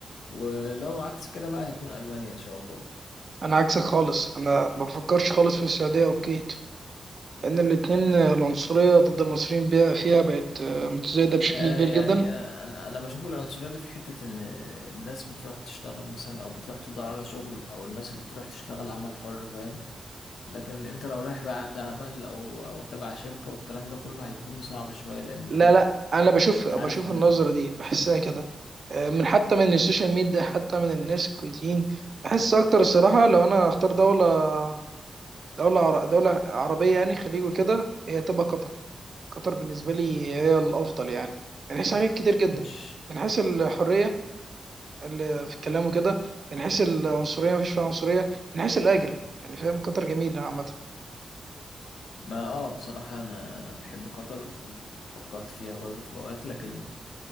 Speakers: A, on the left; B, on the right.
A: ولو عكس كده بقى هيكون ألمانيا إن شاء الله
B: انا عكسك خالص انا ما بفكرش خالص في السعوديه او الكويت لان الاتنين العنصريه ضد المصريين بي- فيها بقت آه، متزايده بشكل
A: آه
B: كبير
A: يعني
B: جدا
A: أنا أنا أنا بشوف العنصرية دي في حتة إن الناس بتروح تشتغل مثلا أو بتروح تدور على شغل أو الناس اللي بتروح تشتغل عمل حر فاهم لكن انت لو رايح بقى عقد عمل او او تبع شركة والكلام ده كله هيكون صعب شوية لان
B: لا
A: ايه
B: لا انا بشوف
A: انت
B: بشوف
A: عارف ان
B: النظره دي بحسها كده آه، من حتى من السوشيال ميديا حتى من الناس الكويتيين بحس اكتر الصراحه لو انا هختار دوله دوله عر- دوله عربيه يعني خليج وكده هي تبقى قطر قطر بالنسبه لي هي الافضل يعني من حيث حاجات كتير جدا
A: مش
B: من حيث الحريه ال- في الكلام وكده من حيث العنصريه مفيش فيها عنصريه من حيث الاجر يعني فاهم كتر جميله عامه
A: ما اه بصراحة انا انا بحب قطر وفكرت فيها برضه في اوقات لكن